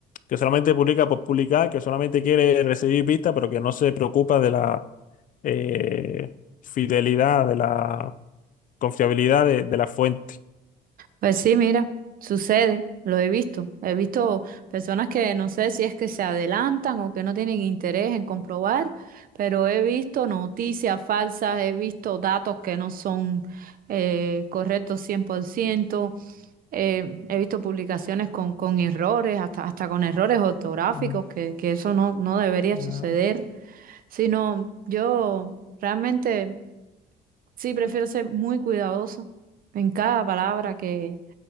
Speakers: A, on the left (about 50°); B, on the right (about 55°).
A: que solamente publica por publicar, que solamente quiere recibir vistas, pero que no se preocupa de la eh, fidelidad, de la confiabilidad de, de la fuente.
B: Pues sí, mira, sucede, lo he visto. He visto personas que no sé si es que se adelantan o que no tienen interés en comprobar, pero he visto noticias falsas, he visto datos que no son eh, correctos 100%, eh, he visto publicaciones con, con errores, hasta, hasta con errores ortográficos,
A: Mm,
B: que, que eso no, no debería suceder,
A: Ya,
B: sino yo realmente... Sí, prefiero ser muy cuidadoso en cada palabra que,